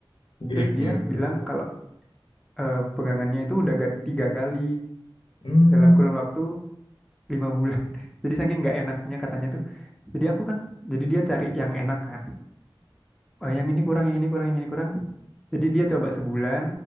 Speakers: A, on the left; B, in the centre.
A: gripnya
B: terus dia
A: itu
B: bilang
A: ya
B: kalau eh, pegangannya itu udah ganti tiga kali
A: hmm.
B: dalam kurun waktu lima bulan <laughs> jadi saking nggak enaknya katanya tuh jadi aku kan jadi dia cari yang enak kan Oh, yang ini kurang, yang ini kurang, yang ini kurang. Jadi dia coba sebulan,